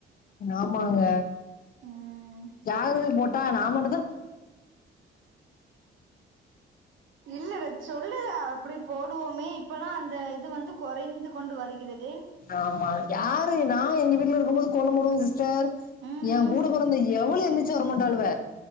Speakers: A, on the left; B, on the right.
A: ஆமாங்க
B: ம்
A: யாருங்க போட்டா நா மட்டு தா
B: இல்ல சொல்லுத அப்டி போடுவோமே இப்பல்லா அந்த இது வந்து கொறைந்து கொண்டு வருகிறது
A: ஆமா யாரு நா எங்க வீட்ல இருக்கு போது கோல போடுவ சர்
B: ம்
A: எ
B: ம்
A: கூட பொறந்த எவளு எந்ச்சு வரமாட்டாளுக